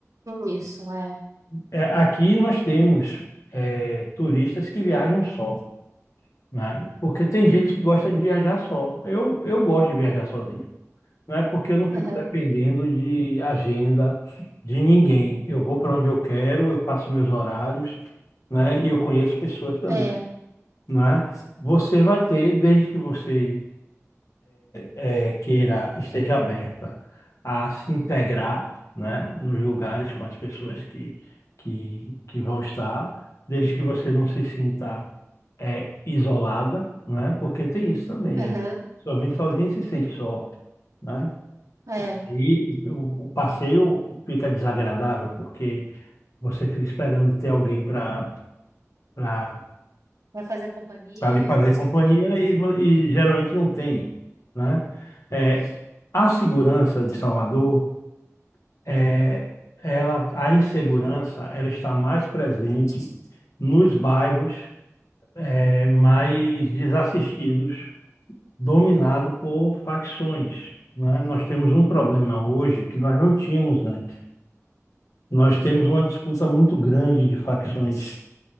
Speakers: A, on the right; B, on the left.
A: isso, é.
B: Eh, aqui nós temos eh, turistas que viajam só. né? Porque tem gente que gosta de viajar só. Eu, eu gosto de viajar sozinho, né? Porque eu não fico
A: Aham,
B: dependendo de agenda de ninguém. Eu vou para onde eu quero, eu faço meus horários, né? E eu conheço pessoas também,
A: é,
B: né? Você vai ter, desde que você eh, queira esteja aberta a se integrar, né, nos lugares com as pessoas que, que, que vão estar, desde que você não se sinta eh, isolada, né, porque tem isso também,
A: aham,
B: é, só vem sozinha e se sente só, né?
A: é.
B: E o, o passeio fica desagradável porque você fica esperando ter alguém para para
A: Vai fazer companhia?
B: para lhe fazer companhia e, vo- e geralmente não tem, né? É, a segurança de Salvador, é, ela, a insegurança, ela está mais presente nos bairros é, mais desassistidos, dominado por facções, né? Nós temos um problema hoje que nós não tínhamos antes. Nós temos uma disputa muito grande de facções,